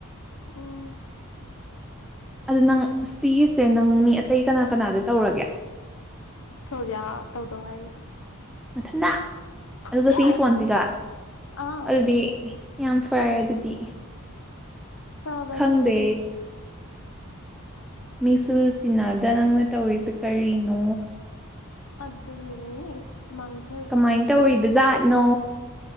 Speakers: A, on the left; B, in the centre.
A: ꯎꯝ
B: ꯑꯗꯨꯗ ꯅꯪ ꯁꯤꯒꯤꯁꯦ ꯅꯪ ꯃꯤ ꯑꯇꯩ ꯀꯅꯥ ꯀꯅꯥꯗ ꯇꯧꯔꯒꯦ
A: ꯁꯣꯚꯤꯌꯥ ꯇꯧꯗꯧꯉꯔꯤ
B: ꯃꯊꯟꯇ ꯑꯗꯨꯒ
A: ꯌꯦꯁ
B: ꯁꯤꯒꯤ ꯐꯣꯟꯁꯤꯒ
A: ꯑꯥ
B: ꯑꯗꯨꯗꯤ ꯌꯥꯝ ꯐꯩ ꯑꯗꯨꯗꯤ
A: ꯆꯕꯅꯤ
B: ꯈꯪꯗꯦ
A: ꯍꯥꯏꯥꯏꯗꯤ
B: ꯃꯤꯁꯨ ꯇꯤꯟꯅꯗ ꯅꯪꯅ ꯇꯧꯔꯤꯁꯦ ꯀꯔꯤꯅꯣ
A: ꯑꯗꯨꯅꯦ ꯃꯥꯡꯁ
B: ꯀꯃꯥꯏꯅ ꯇꯧꯔꯤꯕ ꯖꯥꯠꯅꯣ